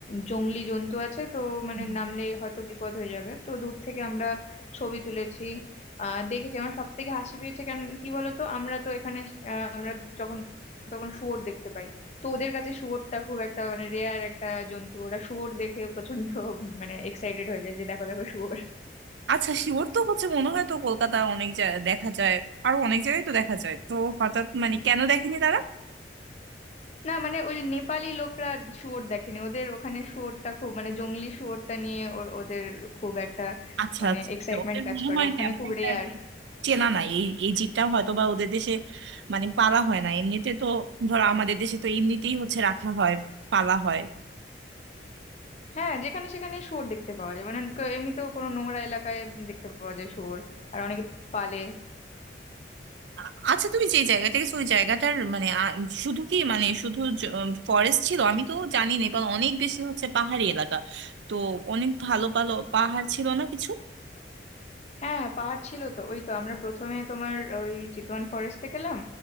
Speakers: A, on the left; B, on the right.
A: জংলি জন্তু আছে তো মানে
B: হুম।
A: নামলে হয়তো বিপদ হয়ে যাবে তো দূর থেকে আমরা ছবি তুলেছি আহ দেখেছি আমার সব থেকে হাসি পেয়েছে কেন কি বলতো আমরা তো এখানে আহ, আমরা যখন তখন শুয়োর দেখতে পাই তো ওদের কাছে শুয়োরটা খুব একটা মানে রেয়ার একটা জন্তু ওরা শুয়োর দেখে প্রচন্ড মানে এক্সাইটেড হয়ে যায় যে দেখো দেখো শুয়োর
B: আচ্ছা শিওর তো হচ্ছে মনে হয় তো কলকাতা অনেক জায়গায় দেখা যায় আরো অনেক জায়গায় তো দেখা যায় তো হঠাৎ মানে কেন দেখেনি তারা?
A: না মানে ওই নেপালি লোকরা শুয়োর দেখেনি ওদের ওখানে শুয়োরটা খুব মানে জঙ্গলি শুয়োরটা নিয়ে ও- ওদের খুব একটা
B: আচ্ছা
A: মানে
B: আচ্ছা আচ্ছা।
A: এক্সাইটমেন্ট
B: ওদের
A: কাজ
B: মনে
A: করে
B: হয়
A: ওখানে
B: তেমন
A: খুব
B: একটা
A: রেয়ার
B: আর কি চেনা নাই এই এই জীবটা হয়তো বা ওদের দেশে মানে পালা হয় না এমনিতে তো ধরো আমাদের দেশে তো এমনিতেই হচ্ছে রাখা হয় পালা হয়
A: হ্যাঁ যেখানে সেখানে শুয়োর দেখতে পাওয়া যায় মানে ক- এমনিতেও কোনো নোংরা এলাকায় দেখতে পাওয়া যায় শুয়োর আর অনেকে পালে
B: আ- আচ্ছা তুমি যে জায়গা থেকে ওই জায়গাটার মানে আ, শুধু কি মানে শুধু ফরেস্ট ছিল আমি তো জানি না, নেপাল অনেক বেশি হচ্ছে পাহাড়ি এলাকা তো অনেক ভালো ভালো পাহাড় ছিল না কিছু
A: হ্যাঁ পাহাড় ছিল তো ওই তো আমরা প্রথমে তোমার ওই চিতওয়ান ফরেস্টে গেলাম